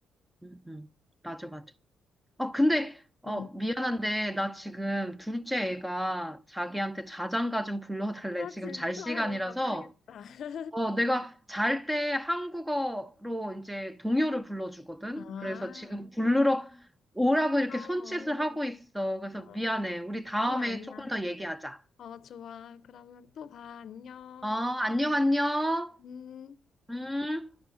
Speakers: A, in the centre; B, on the left.
A: 응, 응. 맞아, 맞아. 아, 근데, 어,
B: 응.
A: 미안한데, 나 지금 둘째 애가 자기한테 자장가 좀 불러달래.
B: 아,
A: 지금
B: 진짜
A: 잘 시간이라서,
B: 가봐야겠다.
A: 어, 내가 잘 때 한국어로 이제 동요를 불러주거든?
B: <laughs> 아,
A: 그래서 지금 부르러 오라고 이렇게
B: 귀여워.
A: 손짓을 하고 있어. 그래서
B: 어,
A: 미안해. 우리 다음에
B: 아니, 야 아니야.
A: 조금 더 얘기하자.
B: 어, 좋아. 그러면 또 봐. 안녕.
A: 어, 안녕, 안녕.
B: 음.
A: 음.